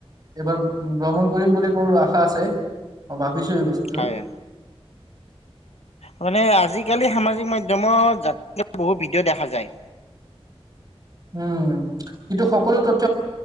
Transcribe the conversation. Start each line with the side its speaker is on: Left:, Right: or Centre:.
Right: এইবাৰ ভ্ৰমণ কৰিম বুলি মোৰ আশা আছে, মই ভাব বিষয়বস্তু
Left: হয় মানে আজিকালি সামাজিক মাধ্যমত যাত্রা বহুত ভিডিঅ' দেখা যায়।
Right: উম, কিন্তু সকলো তত